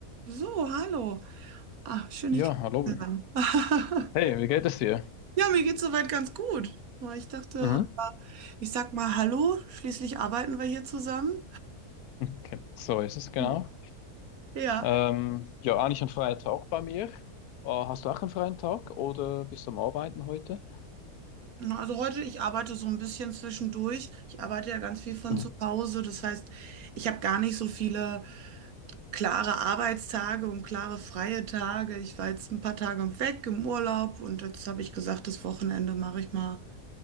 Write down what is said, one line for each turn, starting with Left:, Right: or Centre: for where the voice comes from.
Right: So, hallo. Ah, schön,
Left: Ja,
Right: dich
Left: hallo.
Right: kennenzulernen. <laughs>
Left: Hey, wie geht es dir?
Right: Ja, mir geht's soweit ganz gut. Nur Ich dachte,
Left: Mhm.
Right: äh, ich sag mal Hallo, schließlich arbeiten wir hier zusammen.
Left: Okay, so ist es genau.
Right: Hm. Ja,
Left: Ähm, ja, eigentlich ein freier Tag bei mir. Äh, hast du auch einen freien Tag oder bist du am Arbeiten heute?
Right: Na, also heute, ich arbeite so ein bisschen zwischendurch. Ich arbeite ja ganz viel von
Left: Mhm.
Right: zu Hause. Das heißt, ich habe gar nicht so viele klare Arbeitstage und klare freie Tage. Ich war jetzt ein paar Tage weg im Urlaub und jetzt habe ich gesagt, das Wochenende mache ich mal,